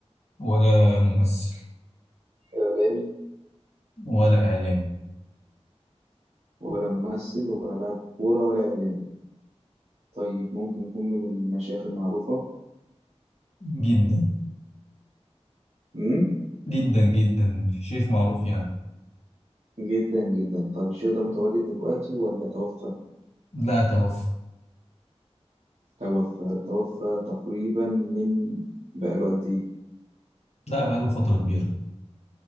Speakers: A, on the left; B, on the right.
A: ولا ممثل
B: إعلامي
A: ولا إعلامي
B: ولا ممثل ولا لاعب كورة ولا إعلامي طيب ممكن يكون من المشايخ المعروفة
A: جدا
B: امم
A: جدا جدا شيخ معروف يعني
B: جدا جدا طب الشيخ ده متواجد دلوقتي ولا توفى
A: لا توفى
B: توفى توفى تقريبا من بقاله قد إيه
A: لا بقاله فترة كبيرة